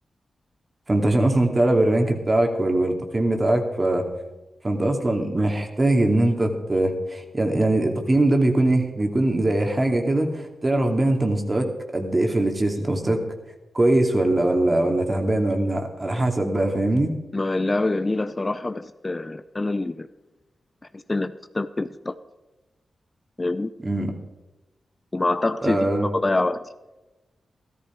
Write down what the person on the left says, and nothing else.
ما اللعبه جميله صراحه بس آه، انا اللي بحس انها بتستنفذ طاقتي فاهمني
ومع طاقتي
دي فبضيع وقتي